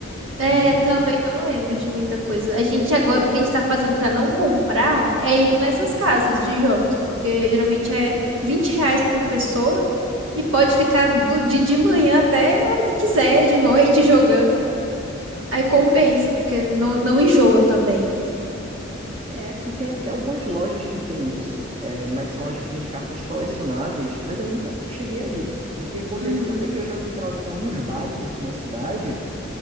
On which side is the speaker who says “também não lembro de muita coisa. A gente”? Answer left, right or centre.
Right